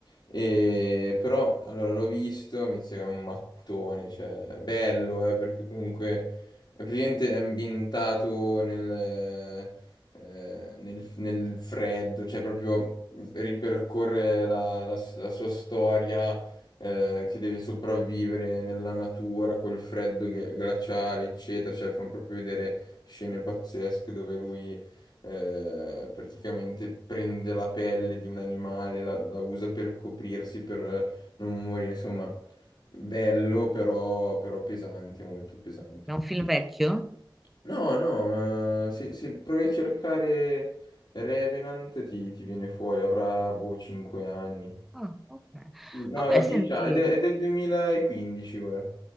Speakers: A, on the left; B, in the centre.
A: E, però, allora, l'ho visto, mi sembra un mattone, cioè, bello, eh, perché comunque è praticamente ambientato nel, eh, nel, nel freddo, cioè proprio ripercorre la la- la sua storia eh, che deve sopravvivere nella natura col freddo ghi- glaciale, eccetera. Cioè, fanno proprio vedere scene pazzesche dove lui eh, praticamente prende la pelle di un animale, la, la usa per coprirsi, per eh, non morire. Insomma, bello, però, però pesante, molto pesante.
B: È un film vecchio?
A: No, no, ma se, se provi a cercare Revenant ti, ti viene fuori, avrà boh 5 anni.
B: Ah, ok.
A: Sì, no,
B: Vabbè,
A: 10
B: senti,
A: anni, ed è, de- è del 2015, guarda.